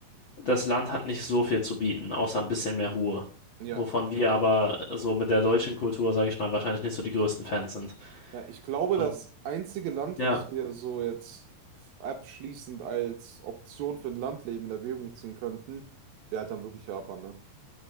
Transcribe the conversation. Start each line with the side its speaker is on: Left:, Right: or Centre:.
Left: das Land hat nicht so viel zu bieten, außer ein bisschen mehr Ruhe.
Right: ja.
Left: Wovon wir aber so mit der deutschen Kultur, sage ich mal, wahrscheinlich nicht so die größten Fans sind.
Right: Ja, ich glaube,
Left: Und
Right: das einzige Land,
Left: ja,
Right: was wir so jetzt f- abschließend als Option für ein Landleben in Erwägung ziehen könnten, wäre halt dann wirklich Japan, ne?